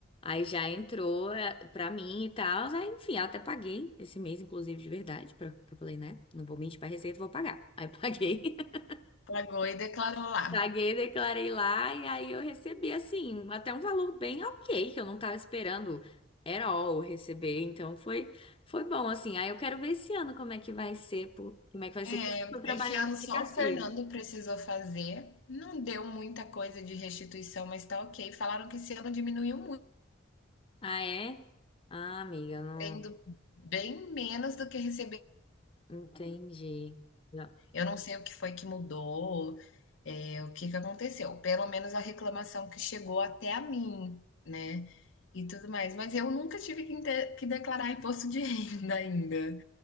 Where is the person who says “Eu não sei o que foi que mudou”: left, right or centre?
Left